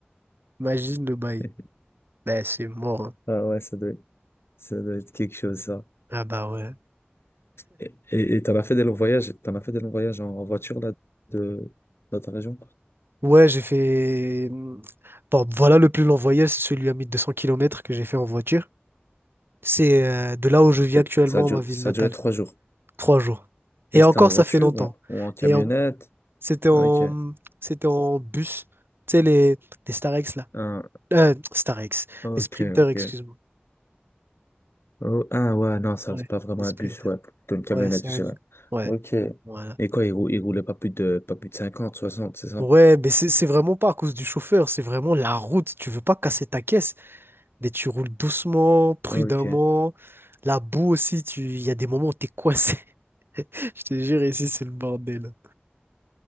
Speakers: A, on the right; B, on the left.
A: imagine le bail.
B: <laughs>
A: Bah, c'est mort. hein.
B: Ah ouais, ça doit, être- ça doit être quelque chose, ça.
A: Ah bah ouais.
B: Et et- et t'en as fait des longs voyages, t'en as fait des longs voyages en, en voiture, là, de, dans ta région?
A: Ouais, j'ai fait... hmm, Bon, voilà le plus long voyage, c'est celui à 1200 kilomètres que j'ai fait en voiture. C'est euh, de là où je vis
B: Et
A: actuellement,
B: ça a duré,
A: ma ville
B: ça
A: natale.
B: a duré trois jours.
A: Trois jours. Et
B: Et c'était
A: encore,
B: en voiture
A: ça fait longtemps.
B: ou en, ou en camionnette?
A: Et en- C'était en,
B: Ok.
A: c'était en bus. Tu sais, les, les Starex, là.
B: Ah,
A: Euh, Starex.
B: ok,
A: Les sprinters,
B: ok.
A: excuse-moi.
B: Oh, ah ouais, non, ça,
A: Ouais,
B: c'est pas vraiment
A: les
B: un
A: sprinters.
B: bus, ouais, plutôt une camionnette,
A: Ouais, c'est
B: je
A: un...
B: dirais.
A: Ouais,
B: Ok.
A: voilà.
B: Et quoi, il roulait, il roulait pas plus de, pas plus de cinquante soixante c'est ça?
A: Ouais, mais c'est c'est vraiment pas à cause du chauffeur, c'est vraiment la route. Tu veux pas casser ta caisse, mais tu roules doucement, prudemment.
B: Ok.
A: La boue aussi, tu... il y a des moments où t'es coincé. <laughs> Je te jure, ici, c'est le bordel.